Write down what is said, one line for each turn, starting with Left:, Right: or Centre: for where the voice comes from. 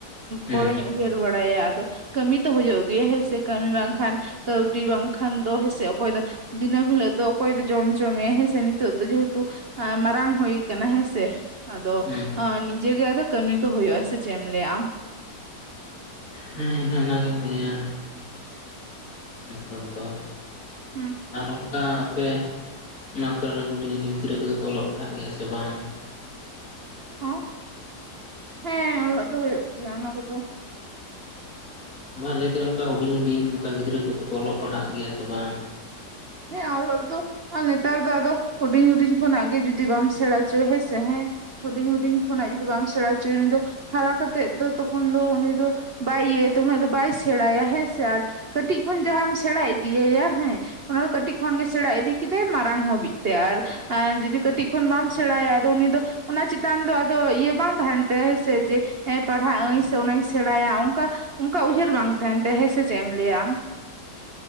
Left: ᱦᱮᱸ
Right: ᱯᱚᱨᱮᱧ ᱩᱭᱦᱟᱹᱨ ᱵᱟᱲᱟᱭᱟ ᱟᱫᱚ ᱠᱟᱹᱢᱤ ᱛᱚ ᱦᱩᱭᱩᱜ ᱜᱮᱭᱟ ᱦᱮᱸ ᱥᱮ ᱠᱟᱹᱢᱤ ᱵᱟᱝᱠᱷᱟᱱ ᱠᱟᱹᱣᱰᱤ ᱵᱟᱝᱠᱷᱟᱱ ᱫᱚ ᱦᱮᱸ ᱥᱮ ᱚᱠᱚᱭ ᱫᱚ ᱫᱤᱱᱟᱹᱢ ᱦᱤᱞᱳᱜ ᱫᱚ ᱚᱠᱚᱭ ᱫᱚ ᱡᱚᱢᱪᱚ ᱢᱮᱭᱟ ᱦᱮᱸ ᱥᱮ ᱱᱤᱛᱚᱜ ᱫᱚ ᱡᱮᱦᱮᱛᱩ ᱢᱟᱨᱟᱝ ᱦᱩᱭ ᱠᱟᱱᱟ ᱦᱮᱸ ᱥᱮ ᱟᱫᱚ
Left: ᱦᱮᱸ
Right: ᱱᱤᱡᱮᱜᱮ ᱟᱫᱚ ᱠᱟᱹᱢᱤ ᱠᱚ ᱦᱩᱭᱩᱜ-ᱟ᱾ ᱥᱮ ᱪᱮᱫ ᱮᱢ ᱞᱟᱹᱭᱟ ᱟᱢ?
Left: ᱦᱮᱸ ᱤᱧᱦᱚᱸ ᱚᱱᱟᱜᱤᱧ ᱞᱟᱹᱭᱟ᱾ ᱱᱤᱛᱚᱜ ᱫᱚ
Right: ᱟᱢ
Left: ᱟᱨ ᱚᱱᱠᱟ ᱟᱯᱮ ᱚᱱᱟ ᱠᱚᱨᱮᱱ ᱦᱩᱰᱤᱧ ᱦᱩᱰᱤᱧ ᱜᱤᱫᱽᱨᱟᱹ ᱠᱚᱫᱚ ᱠᱚ ᱚᱞᱚᱜ ᱯᱟᱲᱦᱟᱜ ᱜᱮᱭᱟ ᱥᱮ ᱵᱟᱝ
Right: ᱦᱚᱸ ᱦᱮᱸ ᱚᱞᱚᱜ ᱫᱚ ᱦᱩᱭᱩᱜ ᱜᱮᱭᱟ ᱚᱱᱟ ᱠᱚᱫᱚ
Left: ᱵᱟᱝ ᱞᱟᱹᱭ ᱫᱟᱝ ᱚᱱᱠᱟ ᱦᱩᱰᱤᱧᱼ ᱦᱩᱰᱤᱧ ᱚᱱᱠᱟ ᱜᱤᱫᱽᱨᱟᱹ ᱠᱚᱫᱚ ᱠᱚ ᱚᱞᱚᱜ ᱯᱟᱲᱦᱟᱜ ᱜᱮᱭᱟ ᱥᱮ ᱵᱟᱝ
Right: ᱦᱮᱸ ᱚᱞ ᱫᱚ ᱟᱨ ᱱᱮᱛᱟᱨ ᱫᱚ ᱟᱫᱚ ᱦᱩᱰᱤᱧ ᱦᱩᱰᱤᱧ ᱠᱷᱚᱱᱟᱜ ᱜᱮ ᱡᱩᱫᱤ ᱵᱟᱢ ᱥᱮᱬᱟ ᱦᱚᱪᱚ ᱦᱮᱸ ᱥᱮ ᱦᱮᱸ ᱦᱩᱰᱤᱧ ᱦᱩᱰᱤᱧ ᱠᱷᱚᱱᱟᱜ ᱡᱩᱫᱤ ᱵᱟᱢ ᱥᱮᱬᱟ ᱦᱚᱪᱚᱮᱭᱟ ᱩᱱᱤ ᱫᱚ ᱦᱟᱨᱟ ᱠᱟᱛᱮᱫ ᱫᱚ ᱛᱚᱠᱷᱚᱱ ᱫᱚ ᱩᱱᱤ ᱫᱚ ᱵᱟᱭ ᱤᱭᱟᱹᱭᱟᱛᱚ ᱩᱱᱟᱹᱜ ᱫᱚ ᱵᱟᱭ ᱥᱮᱬᱟᱭᱟ ᱦᱮᱸ ᱥᱮ ᱟᱨ ᱠᱟᱹᱴᱤᱡ ᱠᱷᱚᱱ ᱡᱟᱦᱟᱸᱟᱢ ᱥᱮᱬᱟ ᱤᱫᱤᱟᱭᱟ ᱦᱮᱸ ᱚᱱᱟ ᱫᱚ ᱠᱟᱹᱴᱤᱡ ᱠᱷᱚᱱ ᱜᱮ ᱥᱮᱬᱟ ᱤᱫᱤ ᱠᱮᱫᱟᱭ ᱢᱟᱨᱟᱝ ᱦᱟᱹᱵᱤᱡ ᱛᱮ ᱟᱨ ᱟᱨ ᱡᱩᱫᱤ ᱠᱟᱹᱴᱤᱡ ᱠᱷᱚᱱ ᱵᱟᱢ ᱥᱮᱬᱟᱭᱟ ᱟᱫᱚ ᱩᱱᱤ ᱫᱚ ᱚᱱᱟ ᱪᱮᱛᱟᱱ ᱫᱚ ᱟᱫᱚ ᱤᱭᱟᱹ ᱵᱟᱝ ᱛᱟᱦᱮᱱ ᱛᱟᱭᱟ ᱦᱮᱸ ᱥᱮ ᱡᱮ ᱦᱮᱸ ᱯᱟᱲᱦᱟᱜ ᱟᱹᱧ ᱥᱮ ᱚᱱᱟᱧ ᱥᱮᱬᱟᱭᱟ ᱚᱱᱠᱟ ᱚᱱᱠᱟ ᱩᱭᱦᱟᱹᱨ ᱵᱟᱝ ᱛᱟᱦᱮᱱ ᱛᱟᱭᱟ᱾ ᱦᱮᱸ ᱥᱮ ᱪᱮᱫ ᱮᱢ ᱞᱟᱹᱭᱟ ᱟᱢ